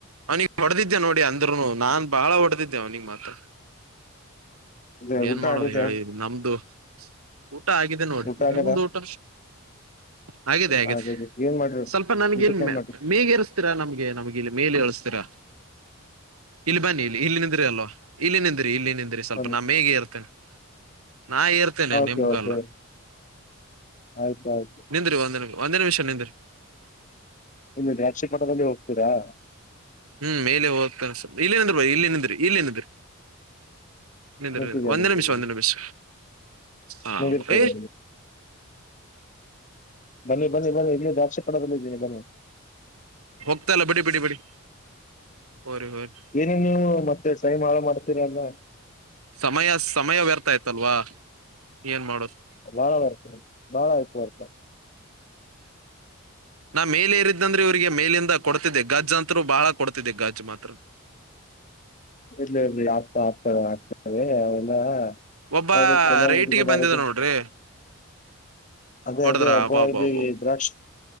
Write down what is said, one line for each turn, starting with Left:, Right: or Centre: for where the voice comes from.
Right: ಅವನಿಿಗೆ ಹೊಡೆದಿದ್ದೆ ನೋಡಿ ಅಂದ್ರುನು ನಾನ್ ಬಾಳ ಹೊಡೆದಿದ್ದೆ ಅವ್ನಿಿಗೆ ಮಾತ್ರ
Left: ಅದೇ
Right: ಏನ್
Left: ಊಟ
Right: ಮಾಡೋದು
Left: ಆಗಿದೆ
Right: ಹೇಳಿ ನಮ್ದು ಊಟ ಆಗಿದೆ ನೋಡಿ್ರ
Left: ಊಟ ಆಗದ
Right: ನಿಮ್ದ ಊಟ ಹಾಗದೆ ಹಾಗೇಿದೆ
Left: ಹಾಗಾಗಿ ಏನ್ ಮಾಡ್ರಿ
Right: ಸ್ವಲ್ಪ ನನ್ಗನ್
Left: ಊಟಕ್ಕೆ ಏನ್ ಮಾಡ್ರಿ
Right: ಮೇಗರ್ ೀರಾ ನಮ್ಗೆ ನಮ್ಗೆ ಇಲ್ಲಿ ಮೇಲೆ ಎಳಸ್ತೀರಾ ಇಲ್ಲಿ ಬನ್ನಿ ಇಲ್ಲಿ ಇಲ್ಲಿ ನಿಂದ್ರಿ ಅಲ್ೋ ಇಲ್ಲಿ ನಿಂದ್ರಿ ಇಲ್ಲಿ ನಿಂದ್ರಿ ಸ್ವಲ್ಪ
Left: ಬನ್ನಿ.
Right: ಇರ್ತೇನೆ ನಾ ಇರ್ ೇ
Left: ಓಕೆ
Right: ನಿಮಗಲ್ಲ
Left: ಓಕೆ ಆಯ್ತು ಆಯ್ತು
Right: ನಿಂದ್ರಿ ಒಂದೇ ನಿಮ ಒಂದೇ ನಿಮಿಷ ನಿಂದ್ರಿ
Left: ಇನ್ನ ರಕ್ಷಿಪಟದಲ್ಲಿ ಹೋಗ್ತೀರಾ
Right: ಹ್ಮ್ ಮೇಲೆ ಹೋಗದ್ತ ಇಲ್ಲಿಏನಿದ್ರ ಬ ಇಲ್ಲಿನಿದ್ರಿ ಇಲ್ಲಿಏನಿದ್ರಿ ನಿ ನಿ
Left: ನಿಂತಿದೆ
Right: ಒಂದು
Left: ನಿಂತಿದೆ
Right: ನಿಮಿಷ ಒಂದು ನಿಮಿಷ ಹ
Left: ನಿಂದಿರ್ತಾರೆ
Right: ಏ
Left: ಬನ್ನಿ ಬನ್ನಿ ಬನ್ನಿ ಇಲ್ಲಿ ದಾಕ್ಷಿ ಪಣದಲ್ಲಿ ಇದ್ದನಿ ಬನ್ನಿ
Right: ಹೋಗ್ತಲ್ಲ ಬಿಡಿ ಬಿಡಿ ಬಿಡಿ ಹೋರಿ ಹೋರಿ
Left: ಏನೇ ನೀವು ಮತ್ತೆ ಸೈಮ್ ಹಾಳ ಮಾಡ್ತೀರ ಅಲ್ಲ
Right: ಸಮಯ ಸಮಯ ವ್ಯರ್ಥ ಆಯತಲ್ವಾ ಏನ್ ಮಾಡೋದು
Left: ಬಾಳ ವರ್ತ ಬಾಳ ಆಯ್ತು ಬರ್ತರ್
Right: ನಾ ಮೇಲೆೇರಿದ್ದಂದ್ರೆ ಇವ್ರರಿಗೆ ಮೇಲಿಂದ ಕೊಡ್ತಿದ್ದೆ ಗಜ್ಜ ಅಂತರು ಬಹಳ ಕೊಡ್ತಿದ್ದೆ ಗಜ್ಜ್ ಮಾತ್ರ
Left: ಇರ್ಲ್ಲ ಇರ್ಲಿ ಆಗ್ತಾ ಆಗ್ತದೆ ಆಗ್ತದೆ ಅವೆಲ್ಲ
Right: ಒಬ್ಬ
Left: ಹೌದ ಕಲ್ಯಾಣ
Right: ರೈಟಿಗೆ
Left: ತಗೊಬಾರದು
Right: ಬಂದಿದ ನೋಡ್ರಿ
Left: ಅದೇ
Right: ಹೊಡದ್ರ
Left: ಅದೇ ಹಬ್ಬ
Right: ಅಬ್ಬಾ ಅಬ್ಬಾ
Left: ಇದ್ದೀವಿ
Right: ಅಬ್ಬಾ
Left: ದ್ರಾಕ್ಷಿ